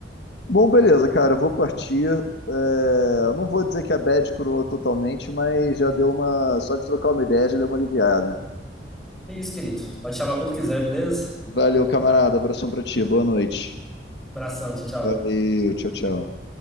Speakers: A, on the left; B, in the centre.
A: Bom, beleza, cara. Eu vou partir. É, Não vou dizer que a bad curou totalmente, mas já deu uma. Só de trocar uma ideia já deu uma aliviada.
B: É isso, querido. Pode chamar quando quiser, beleza?
A: Valeu, camarada. Abração pra ti. Boa noite.
B: Abração, tchau, tchau.
A: Valeu, tchau, tchau.